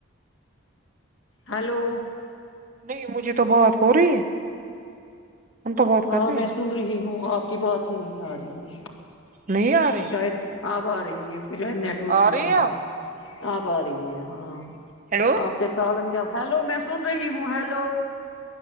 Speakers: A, on the left (about 75°); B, on the right (about 40°).
A: ہلو
B: نہیں مجھے تو بات ہو رہی ہے ہم تو بات
A: ہاں
B: کر رہے
A: میں
B: ہیں
A: سن رہی ہوں آپ کی بات ہی نہیں آ رہی ہے
B: نہیں آ
A: اس
B: رہی
A: کو شاید اب آ رہی ہے پھر شاید نیٹورک
B: آ رہی
A: ایشو
B: اب
A: ہے اب آ رہی ہے ہاں
B: ہیلو
A: آپ کے سال کیا ہلو میں سن رہی ہوں ہیلو